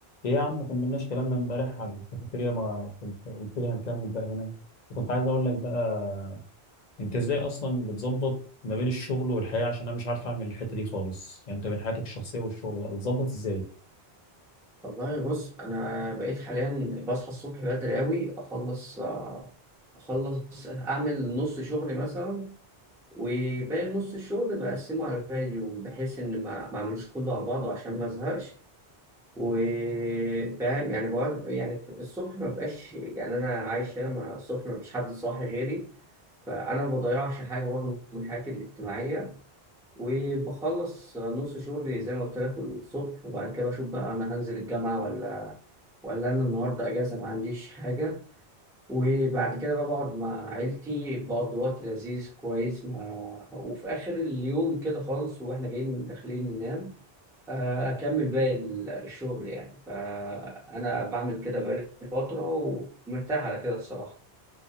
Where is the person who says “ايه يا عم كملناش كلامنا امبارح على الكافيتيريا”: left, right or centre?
Left